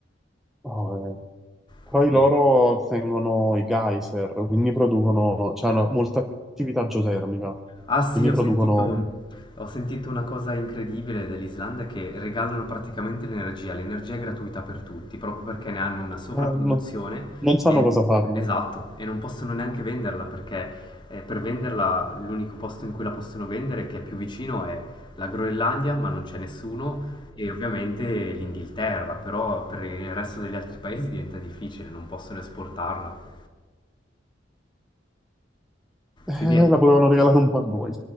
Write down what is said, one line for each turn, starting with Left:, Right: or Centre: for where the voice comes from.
Centre: Oh, eh. Poi
Left: <laughs>
Centre: loro tengono i geyser, quindi producono, cioè hanno molta attività geotermica,
Left: Ah sì,
Centre: quindi
Left: ho
Centre: producono,
Left: sentito, ho sentito una cosa incredibile dell'Islanda che regalano praticamente l'energia, l'energia è gratuita per tutti, proprio perché ne hanno una sovrapproduzione
Centre: eh, non, non sanno
Left: e,
Centre: cosa farne.
Left: esatto, e non possono neanche venderla perché eh, per venderla l'unico posto in cui la possono vendere che è più vicino è la Groenlandia, ma non c'è nessuno, e ovviamente l'Inghilterra, però per il resto degli altri paesi diventa difficile, non possono esportarla.
Centre: Eh,
Left: Quindi è
Centre: la potevano regalare un po' a noi.